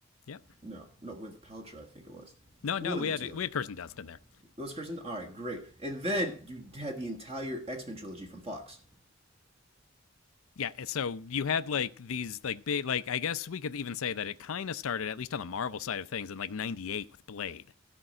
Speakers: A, on the left (about 75°); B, on the right (about 30°).
A: Yep.
B: No, no, with Paltrow, I think it was
A: No, no,
B: one
A: we
B: of the
A: had
B: two.
A: we had Kirsten Dunst in there.
B: It was Kirsten. All right, great. And then you had the entire X Men trilogy from Fox.
A: Yeah, so you had like these like big like I guess we could even say that it kind of started at least on the Marvel side of things in like 98 with Blade.